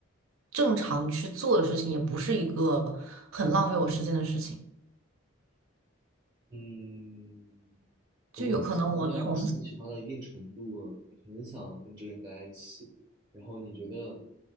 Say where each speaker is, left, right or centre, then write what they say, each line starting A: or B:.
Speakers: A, on the right; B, on the right.
A: 正常去做的事情，也不是一个很浪费我时间的事情。
B: 嗯，
A: 就有可能我从
B: 如果你喜欢到你喜欢到一定程度了，你很想跟这个人待在一起，然后你觉得